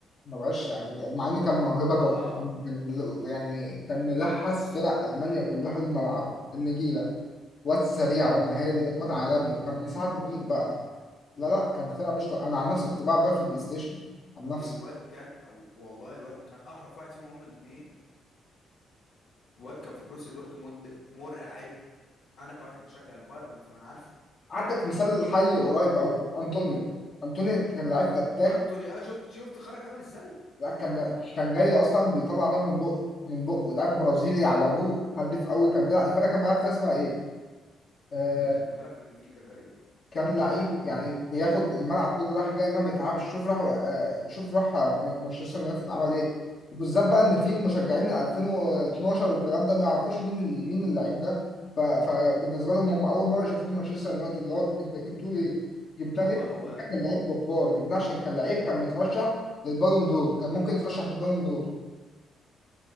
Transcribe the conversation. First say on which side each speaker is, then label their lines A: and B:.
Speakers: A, on the left; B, on the left.
A: ما بقاش يعني مع انه كان موهبه
B: اه
A: جبار كان يعني كان ملحس فرق المانيا كلها الملعب النجيله واد سريع ومهاري واد عالمي وكان مساعده مين بقى لا لا كان فرقه مش طبيعية. انا عن نفسي كنت بلعب بقى في البلاي ستيشن عن نفسي
B: الواد كان أو والله الواد كان احرف واحد فيهم هما الاثنين الواد كان في بروسيا دورتموند مرعب انا كواحد بشجع البايرن فانا عارفه
A: عندك مثال حي قريب قوي انطونيو انطونيو كان لعيب فتاك
B: انتوني اه شفت شفت خرج عامل ازاي
A: لا، كان كان جاي اصلا بيطلع نار من بقه من بقه لاعب برازيلي على ابوه حديف قوي كان بيلعب الفرقه كان بيلعب فيها اسمها ايه آه،
B: آه كان بيلعب في بنفيكا تقريبا
A: كان لعيب يعني بياخد الملعب كله راح جاي ما بيتعبش شوف راح آه، شوف راح آه، م- مانشستر يونايتد عمل ايه وبالذات بقى ان في مشجعين من 2012 والكلام ده ما يعرفوش مين ال- مين اللعيب ده ف- فبالنسبه لهم هم اول مره يشوفوه في مانشستر يونايتد اللي هو انت جبتوه ليه؟ جبناه
B: هو
A: ليه؟
B: هو
A: جبناه كان لعيب جبار جبناه عشان كان لعيب كان مترشح للبالون دور كان ممكن يترشح للبالون دور